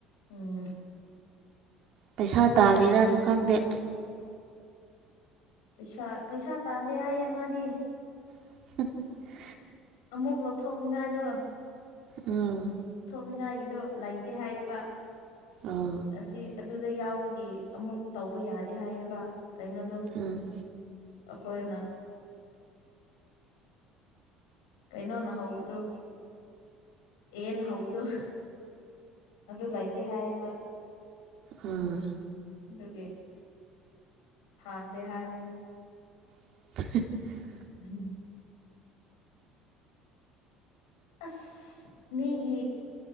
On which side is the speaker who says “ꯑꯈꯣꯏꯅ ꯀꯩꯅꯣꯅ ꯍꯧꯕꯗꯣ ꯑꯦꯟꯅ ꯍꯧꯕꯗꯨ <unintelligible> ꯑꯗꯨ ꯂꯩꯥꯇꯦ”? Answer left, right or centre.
Left